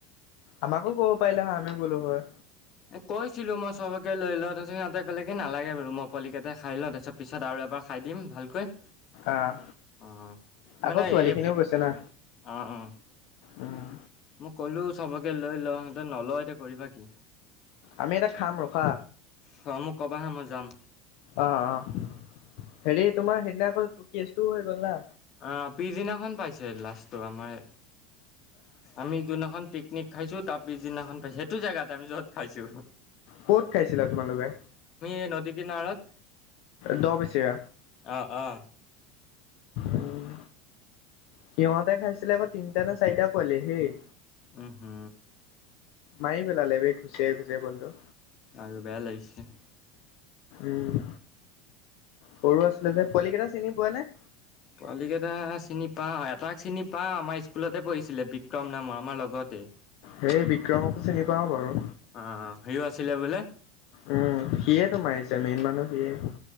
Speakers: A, on the left; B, on the left.
A: আমাকো ক'ব পাৰিলা হয় আমিও গ'লো হয়।
B: এ কৈছিলোঁ। মই চবকে লৈ লওঁ তাৰপিছত সিহঁতে ক'লে কি নালাগে বাৰু ম পোৱালি কেইটা খাই লওঁক। তাৰপিছত পিছত আৰু এবাৰ খাই দিম ভালকৈ।
A: আহ
B: অ' মানে
A: আকৌ ছোৱালী
B: এই
A: খিনিও গৈছে না
B: অ', অ'।
A: উম
B: মই ক'লো চবকে লৈ ল, সিহঁতে নলওঁ এতিয়া কৰিবা কি।
A: আমি এটা খাম ৰখা।
B: হয়, মোক ক'বাহে মই যাম।
A: অ', অ'। হেৰি তোমাৰ সেইদিনা আকৌ কেচটোও হৈ গ'ল না।
B: অ' পিছদিনাখন পাইছে, লাষ্টটো আমাৰ আমি যোননাখন পিকনিক খাইছো তাৰ পিছদিনাখন পাই, সেইটো জেগাত আমি য'ত খাইছো।
A: ক'ত খাইছিলা তোমালোকে
B: এই নদী কিনাৰত
A: দ' বেছেৰীয়া?
B: অ', অ'।
A: উম সিহঁতে খাইছিলে আকৌ তিনিটা নে চাৰিটা পোৱালি হেই।
B: উ, হু।
A: মাৰি পেলালে বে, ঘুচিয়াই ঘুচিয়াই বল্টু।
B: আৰু বেয়া লাগিছে।
A: উম, সৰু আছিলে যে পলিকেইটা চিনি পোৱা নে?
B: পোৱালীকেইটা চিনি পাওঁ, এটাক চিনি পাওঁ আমাৰ স্কুলতে পঢ়িছিলে বিক্ৰম নামৰ আমাৰ লগতে।
A: সেই বিক্ৰমকো চিনি পাওঁ বাৰু।
B: অ' সিও আছিলিলে বোলে?
A: উম, সিয়েতো মাৰিছে, মেইন মানুহ সিয়ে।